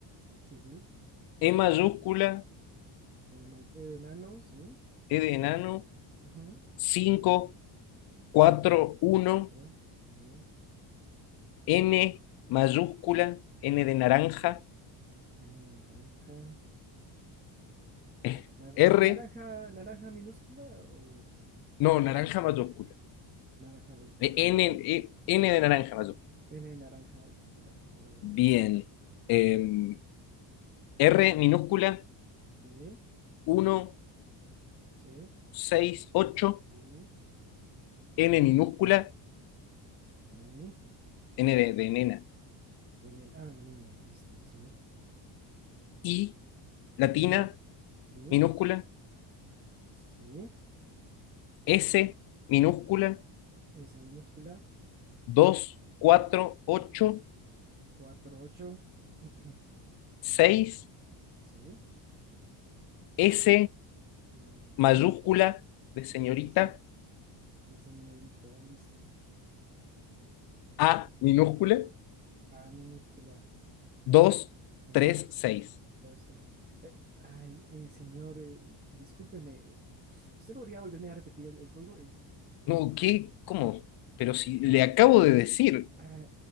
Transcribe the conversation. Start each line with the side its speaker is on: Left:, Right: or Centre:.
Right: Sí, sí, sí.
Left: E mayúscula,
Right: Eh, may- E de enano, sí.
Left: E de enano,
Right: Ujú.
Left: cinco cuatro
Right: Cinco,
Left: uno
Right: cuatro, uno.
Left: N mayúscula, N de naranja,
Right: N de naranja.
Left: <laughs>
Right: Naranja,
Left: R,
Right: naranja, naranja minúscula o
Left: no, naranja
Right: o
Left: mayúscula,
Right: naranja mayúscula,
Left: Eh,
Right: bueno.
Left: N, eh, N de naranja mayúscula.
Right: N de naranja mayúscula. mm,
Left: Bien.
Right: bueno.
Left: Em, R minúscula,
Right: Sí,
Left: uno
Right: sí,
Left: 6 8
Right: sí,
Left: N minúscula,
Right: sí.
Left: N de, de nena,
Right: De nena, ah, de nena, listo, sí.
Left: I latina
Right: Y, sí,
Left: minúscula,
Right: sí.
Left: S minúscula,
Right: S minúscula.
Left: 2 4 8
Right: dos, cuatro, ocho. <clears throat>
Left: 6
Right: Sí,
Left: S
Right: mm,
Left: mayúscula
Right: sí,
Left: de señorita
Right: sí, sí, sí. De señorita, listo.
Left: A minúscula
Right: A minúscula.
Left: dos
Right: ujú,
Left: tres seis
Right: Dos, tres. Eh, ay, eh, señor, eh, discúlpeme. ¿Usted podría volverme a repetir el, el código? Eh,
Left: No, ¿qué? ¿Cómo? Pero si
Right: eh,
Left: le acabo de decir.
Right: ah,